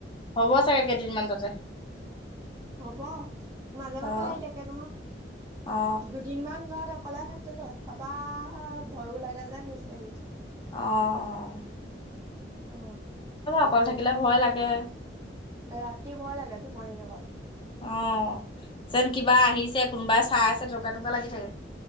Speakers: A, on the left (about 30°); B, on the right (about 20°).
A: হ'ব
B: উম
A: চাগে কেইদিনমান তাতে।
B: হ'ব মাজে মাজে
A: অ
B: আহি থাকে নহয়,
A: অ
B: দুদিন মান ঘৰত কলে থাকিলো, তাপা ভয়ো লাগে যেন গুচি আহিলো।
A: অ, অ।
B: অ।
A: অকল থাকিলে ভয় লাগে।
B: ৰাতি ভয় লাগে টোপনী নগলে।
A: অ যেন কিবা আহিছে, কোনোবাই চাই আছে, তেনেকুৱা তেনেকুৱা লাগি থাকে।